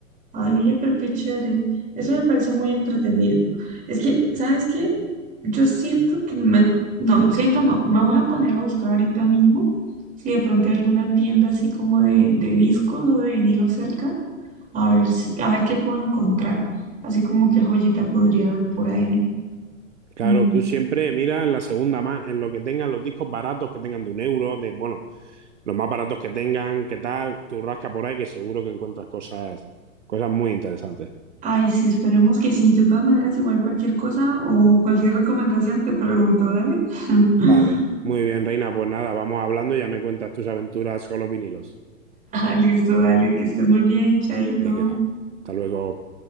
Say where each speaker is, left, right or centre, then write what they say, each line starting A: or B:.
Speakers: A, on the right; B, on the right.
A: Ay, oye, pero qué chévere. Eso me parece muy entretenido. Es que, ¿sabes qué? Yo siento que me... No, siento no. Me voy a poner a buscar ahorita mismo si de pronto hay alguna tienda así como de, de discos o de vinilo cerca. A ver si, a ver qué puedo encontrar. Así como qué joyita podría haber por ahí.
B: Claro,
A: Mm.
B: tú siempre mira en la segunda mano, en lo que tengan los discos baratos que tengan de un euro, de bueno, los más baratos que tengan, qué tal, tú rasca por ahí que seguro que encuentras cosas, cosas muy interesantes.
A: Ay, sí, esperemos que sí. De todas maneras, igual cualquier cosa o cualquier recomendación te pregunto, dale. <laughs>
B: Vale, muy bien, Reina, pues nada, vamos hablando y ya me cuentas tus aventuras con los vinilos.
A: Listo, dale, que estés muy bien, chaito.
B: Venga, hasta luego.